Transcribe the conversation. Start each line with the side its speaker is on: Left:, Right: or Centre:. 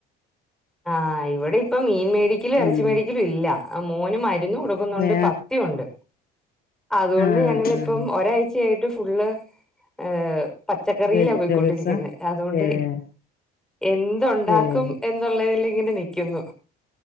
Centre: ആഹ്, ഇവിടെ ഇപ്പ മീൻ മേടിക്കലും,
Left: ഉം
Centre: ഇറച്ചി മേടിക്കലും ഇല്ല. മോനു <unintelligible> <unintelligible> കൊടുക്കുന്നുണ്ട്
Left: ഏ
Centre: പത്തിഉണ്ട്. അതുകൊണ്ട്
Left: ആ
Centre: ഞങ്ങളിപ്പം
Left: ആ
Centre: ഒരാഴ്ചയായി <unintelligible> ഫുള്ള് ഹ് പച്ചക്കറിയിലാ
Left: വെജിറ്റബിൾസാ
Centre: പോയിക്കൊണ്ടിരിക്കുന്നത്. അതുകൊണ്ട്
Left: ഏഹ്
Centre: എന്ത് ഉണ്ടാക്കും?
Left: ഏഹ്
Centre: എന്ന് <unintelligible> ഇങ്ങനെ നിക്കുന്നു.